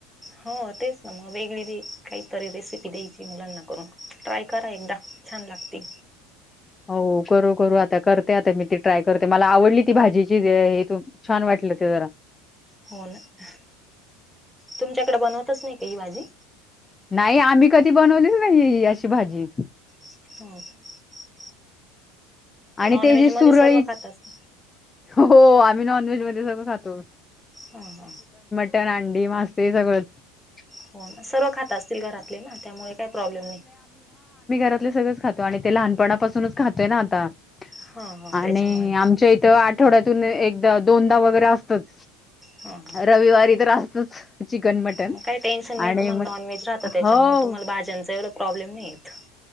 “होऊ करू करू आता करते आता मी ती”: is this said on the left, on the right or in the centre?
Left